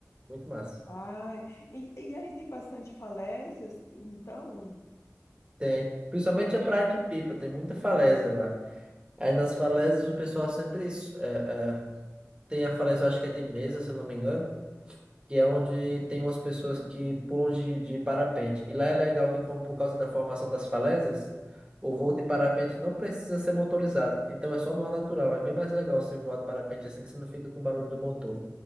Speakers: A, on the right; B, on the left.
A: Muito massa.
B: Ai, e, e aí tem bastante falésias, então?
A: Tem. Principalmente a Praia de Pipa, tem muita falésia lá. Aí nas falésias o pessoal sempre eh, eh, tem a falésia, eu acho que é de mesa, se eu não me engano. que é onde tem umas pessoas que pulam de, de parapente. E lá é legal que, como por causa da formação das falésias, o voo de parapente não precisa ser motorizado. Então é só no ar natural. É bem mais legal você voar de parapente assim que você não fica com o barulho do motor.